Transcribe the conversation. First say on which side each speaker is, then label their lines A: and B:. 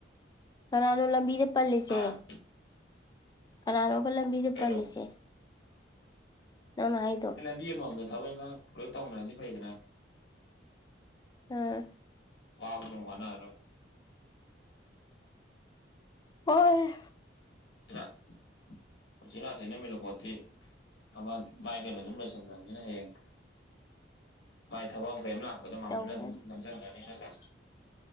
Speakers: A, on the left; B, on the left.
A: ꯀꯅꯥꯅꯣ ꯂꯝꯕꯤꯗ ꯄꯜꯂꯤꯁꯦ
B: ꯑꯥ
A: ꯀꯅꯥꯅꯣꯕ ꯂꯝꯕꯤꯗ
B: ꯀꯩꯅꯣ
A: ꯄꯜꯂꯤꯁꯦ ꯅꯪꯅ ꯍꯥꯏꯗꯣ
B: ꯄꯤ ꯑꯃꯃꯝꯗ ꯊꯕꯛ ꯏꯪꯒꯥꯡ ꯂꯣꯏ ꯇꯧꯅꯔꯗꯤ ꯐꯩꯗꯅ
A: ꯑꯥ
B: ꯋꯥꯕꯖꯨ ꯑꯝ ꯋꯥꯅꯔꯥꯔꯣꯏ
A: ꯋꯥꯏꯍꯦ
B: <unintelligible> ꯎꯆꯤꯟ ꯅꯥꯆꯤꯟꯅ <unintelligible> ꯇꯤ ꯑꯃ ꯃꯥꯏ ꯀꯩꯅꯣꯗꯨꯝꯃ ꯂꯣꯏꯁꯟꯒ꯭ꯔꯅꯤꯅ ꯍꯌꯦꯡ ꯃꯥꯏ ꯊꯕꯛ ꯑꯃ ꯀꯩꯝ ꯂꯥꯛ ꯗ ꯃꯝꯍꯟꯅ
A: ꯇꯧꯒ꯭ꯔꯅꯤ
B: ꯑꯗꯨꯝ ꯅꯝꯖꯟꯒ꯭ꯔꯅꯤ ꯅꯠꯇ꯭ꯔꯥ